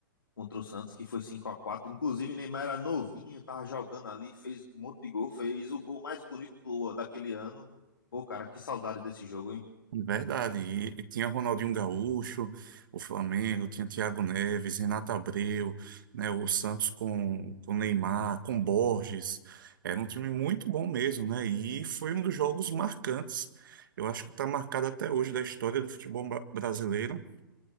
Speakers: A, on the left; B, on the right.
A: contra o Santos, que foi cinco a quatro, Inclusive, Neymar era novinho, tava jogando ali, fez um monte de gol, fez o gol mais bonito do- daquele ano. Pô, cara, que saudade desse jogo, hein?
B: Verdade. E, e tinha Ronaldinho Gaúcho, o Flamengo, tinha Thiago Neves, Renato Abreu, né? O Santos com, com Neymar, com Borges. Era um time muito bom mesmo, né? E foi um dos jogos marcantes. Eu acho que está marcado até hoje da história do futebol ba- brasileiro